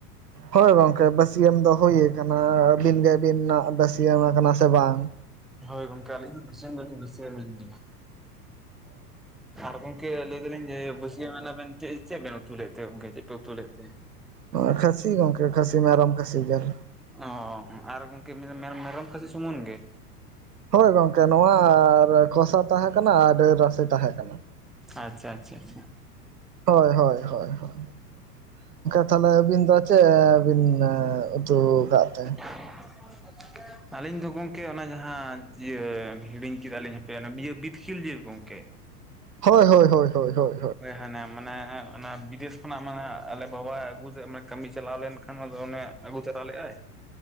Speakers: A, on the right; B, in the centre.
A: ᱦᱳᱭ ᱜᱚᱝᱠᱮ ᱵᱟᱹᱥᱭᱟᱹᱢ ᱫᱚ ᱦᱳᱭᱠᱟᱱᱟ, ᱟᱹᱵᱤᱱ ᱜᱮᱵᱤᱱ ᱱᱟᱜ ᱵᱟᱹᱥᱭᱟᱹᱢ ᱟᱠᱟᱱᱟ ᱥᱮ ᱵᱟᱝ?
B: ᱦᱳᱭ ᱜᱚᱝᱠᱮ ᱟᱹᱞᱤᱧ ᱦᱚᱸ ᱵᱟᱹᱥᱭᱟᱹᱢ ᱫᱚᱞᱤᱧ ᱵᱟᱹᱥᱭᱟᱹᱢ ᱮᱱ ᱜᱮᱭᱟ᱾ ᱟᱨ ᱜᱚᱝᱠᱮ ᱞᱟᱹᱭ ᱫᱟᱞᱤᱧ ᱡᱮ ᱵᱟᱹᱥᱭᱟᱹᱢ ᱮᱱᱟ ᱵᱮᱱ ᱪᱮᱫ ᱪᱮᱫ ᱵᱮᱱ ᱩᱛᱩ ᱞᱮᱫ ᱛᱮ ᱜᱚᱢᱠᱮ ᱪᱮᱫ ᱯᱮ ᱩᱛᱩ ᱞᱮᱫ ᱛᱮ?
A: <unintelligible> ᱠᱷᱟᱹᱥᱤ ᱜᱚᱝᱠᱮ ᱠᱷᱟᱹᱥᱤ ᱢᱮ ᱟᱨᱚᱢ ᱠᱷᱟᱹᱥᱤ ᱡᱮᱞ
B: ᱚ ᱟᱨ ᱜᱚᱢᱠᱮ ᱢᱮ ᱢᱮᱨᱚᱢ ᱠᱷᱟᱹᱥᱤ ᱥᱩᱢᱩᱱ ᱜᱮ?
A: ᱦᱳᱭ ᱜᱚᱝᱠᱮ ᱱᱚᱣᱟ ᱠᱚᱥᱟ ᱛᱟᱦᱮᱸ ᱠᱟᱱᱟ ᱟᱨ ᱰᱟᱹᱞ ᱨᱟᱥᱮ ᱛᱟᱦᱮᱸ ᱠᱟᱱᱟ᱾
B: ᱟᱪᱪᱷᱟ ᱟᱪᱪᱷᱟ ᱟᱪᱪᱷᱟ
A: ᱦᱳᱭ ᱦᱳᱭ ᱦᱳᱭ ᱦᱳᱭ, <unintelligible> ᱛᱟᱦᱚᱞᱮ ᱟᱵᱤᱱ ᱫᱚ ᱛᱮᱫ ᱵᱤᱱ ᱩᱛᱩ ᱠᱟᱫ ᱛᱮ?
B: <unintelligible> ᱟᱹᱞᱤᱧ ᱫᱚ ᱜᱚᱢᱠᱮ ᱚᱱᱟ ᱡᱟᱦᱟᱸ ᱤᱭᱟᱹ ᱦᱤᱲᱤᱧ ᱠᱮᱫᱟ ᱞᱤᱧ ᱦᱟᱯᱮ ᱚᱱᱟ ᱵᱤᱛᱠᱤᱞ ᱡᱮᱞ ᱜᱚᱢᱠᱮ᱾
A: ᱦᱳᱭ ᱦᱳᱭ ᱦᱳᱭ ᱦᱳᱭ
B: ᱦᱟᱱᱮ ᱢᱟᱱᱮ ᱚᱱᱟ ᱵᱤᱫᱮᱥ ᱠᱷᱚᱱᱟᱜ ᱢᱟᱱᱮ ᱟᱞᱮ ᱵᱟᱵᱟ ᱟᱹᱜᱩ ᱥᱮᱫ ᱢᱟᱱᱮ ᱠᱟᱹᱢᱤ ᱪᱟᱞᱟᱣ ᱞᱮᱱᱠᱷᱟᱱ ᱟᱫᱚ ᱚᱱᱮ ᱟᱹᱜᱩ ᱛᱚᱨᱟ ᱞᱮᱫᱟᱭ,